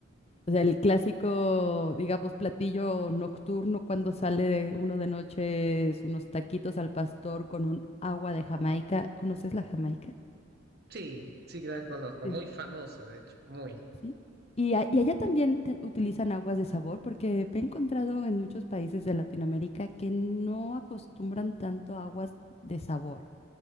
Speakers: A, on the left (about 30°); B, on the right (about 50°).
A: o sea, el clásico, digamos, platillo nocturno cuando sale uno de noche es unos taquitos al pastor con un agua de Jamaica. ¿Conoces la Jamaica?
B: Sí, sí que la conozco,
A: Sí.
B: muy famosa, de hecho, muy.
A: Sí. Y, a- y allá también te- utilizan aguas de sabor porque me he encontrado en muchos países de Latinoamérica que no acostumbran tanto a aguas de sabor